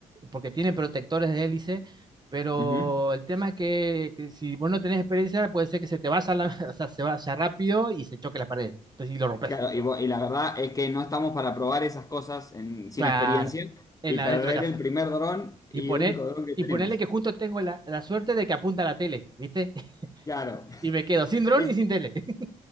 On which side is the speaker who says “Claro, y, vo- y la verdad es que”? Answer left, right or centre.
Left